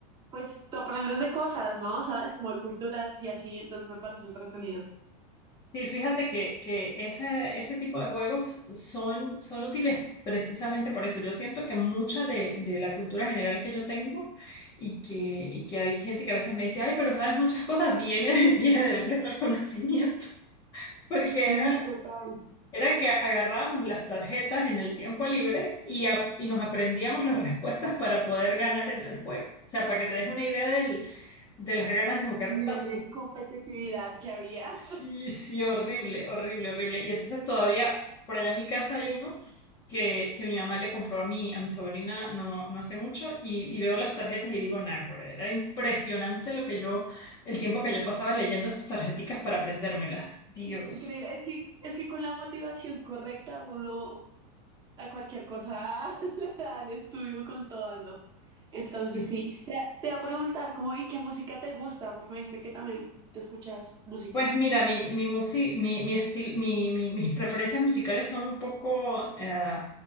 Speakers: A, on the right (about 20°); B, on the left (about 15°).
A: pues tú aprendes de cosas, ¿no? ¿Sabes? Como de culturas y así, entonces me parece entretenido.
B: Sí, fíjate que, que ese, ese tipo de juegos son, son útiles precisamente por eso. Yo siento que mucha de, de la cultura general que yo tengo y que, y que hay gente que a veces me dice, ay, pero sabes muchas cosas, viene, <laughs> viene del reto del conocimiento. <laughs> Porque
A: Sí,
B: era,
A: total,
B: Era que agarrábamos las tarjetas en el tiempo libre y, a- y nos aprendíamos las respuestas para poder ganar en el juego. O sea, para que te des una idea del, de las ganas de jugar
A: el nivel
B: tan...
A: de competitividad que había.
B: Sí, sí, horrible, horrible, horrible. Y entonces todavía, por allá en mi casa hay uno que, que mi mamá le compró a mi, a mi sobrina no, no hace mucho y, y veo las tarjetas y digo, nah, güey, era impresionante lo que yo, el tiempo que yo pasaba leyendo esas tarjeticas para aprendérmelas. Dios.
A: Increíble. Es que, es que con la motivación correcta uno a cualquier cosa <laughs> le da el estudio con todas, ¿no? Entonces
B: sí
A: sí, te, te iba a preguntar como, ¿y qué música te gusta? Porque me dijiste que también te escuchas música.
B: Pues mira, mi, mi, musi- mi, mi estil- mi- mi- mis preferencias musicales son un poco, eh,